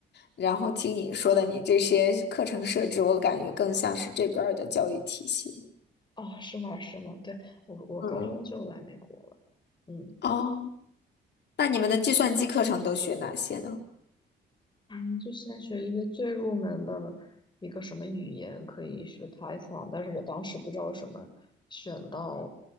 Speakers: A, on the left; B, on the left.
A: 然后听你说的你这些课程设置，我感觉更像是这边儿的教育体系。
B: 哦，是吗？是吗？对，我我高中就来美国了。
A: 嗯嗯，
B: 嗯。
A: 哦，那你们的计算机课程都学哪些呢
B: 嗯，就先学一个最入门的一个什么语言，可以学 Python，但是我当时不知道为什么选到